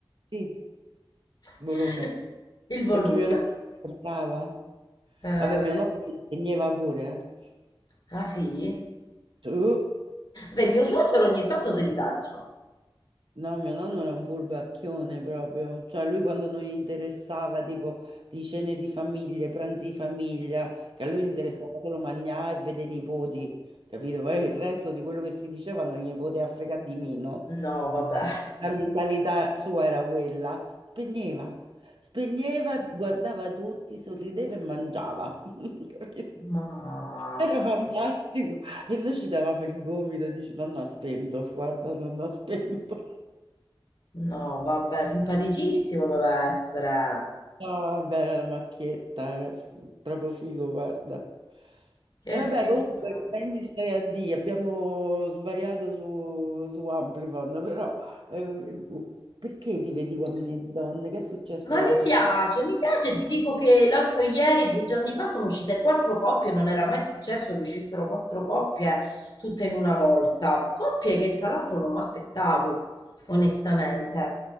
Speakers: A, on the right; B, on the left.
A: sì,
B: <laughs>
A: volume,
B: il volume.
A: perché mio nonno mi portava.
B: Eh,
A: Vabbè, mio nonno mi spegneva pure, eh.
B: ah sì?
A: Tu?
B: Beh, mio suocero ogni tanto se li caccia.
A: No, mio nonno era un furbacchione proprio, cioè lui quando non gli interessava tipo di cene di famiglie, pranzi di famiglia, che a lui interessava solo mangiare e vedere i nipoti, capito? Poi il resto di quello che si diceva non gli poteva fregare di meno,
B: No, vabbè.
A: perché la mentalità sua era quella, spegneva, spegneva, guardava tutti, sorrideva e mangiava, <laughs> capito?
B: Ma...
A: Era fantastico e noi ci davamo il gomito, dice nonno ha spento, guarda nonno ha spento.
B: No, vabbè, simpaticissimo deve essere.
A: No, vabbè, era la macchietta era f- proprio figo, guarda.
B: Che
A: E vabbè,
B: simpatico.
A: comunque, che mi stai a dire? Abbiamo svariato su, su Amplifon, però eh, perché ti vedi uomini e donne? Che è successo
B: Ma
A: oggi?
B: mi piace, mi piace, ti dico che l'altro ieri, due giorni fa, sono uscite quattro coppie, non era mai successo che uscissero quattro coppie tutte in una volta. Coppie che tra l'altro non mi aspettavo, onestamente.